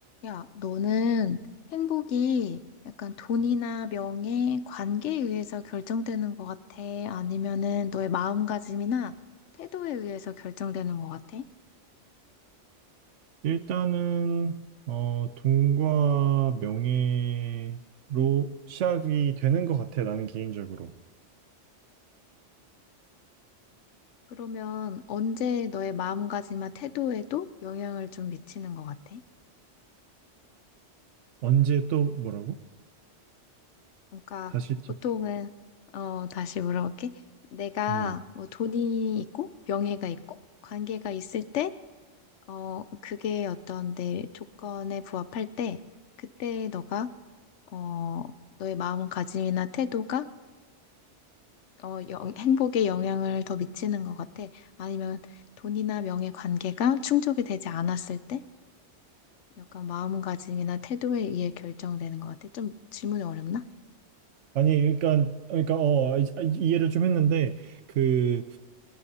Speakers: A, on the left; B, on the right.
A: 야, 너는 행복이 약간 돈이나 명예, 관계에 의해서 결정되는 것 같아? 아니면은 너의 마음가짐이나 태도에 의해서 결정되는 것 같아?
B: 일단은 어, 돈과 명예로 시작이 되는 것 같아. 나는 개인적으로.
A: 그러면 언제 너의 마음가짐이나 태도에도 영향을 좀 미치는 것 같아?
B: 언제 또 뭐라고?
A: 그러니까
B: 다시
A: 보통은,
B: 좀-
A: 어, 다시 물어볼게. 내가
B: 음.
A: 뭐 돈이 있고, 명예가 있고, 관계가 있을 때, 어, 그게 어떤 내 조건에 부합할 때, 그때 너가 어, 너의 마음가짐이나 태도가 어, 영- 행복에 영향을 더 미치는 것 같아. 아니면 돈이나 명예 관계가 충족이 되지 않았을 때 약간 마음가짐이나 태도에 의해 결정되는 것 같아. 좀 질문이 어렵나?
B: 아니 그러니까 그러니까 어 이- 이해를 좀 했는데 그